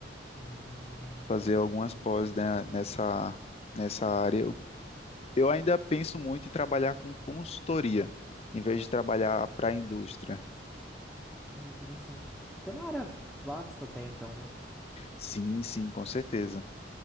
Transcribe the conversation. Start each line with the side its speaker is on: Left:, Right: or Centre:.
Centre: Hum,
Left: fazer algumas pós, né, nessa nessa área. Eu, eu ainda penso muito em trabalhar com consultoria, em vez de trabalhar para a indústria.
Centre: é interessante. Tem uma área vasta até então, né?
Left: Sim, sim, com certeza.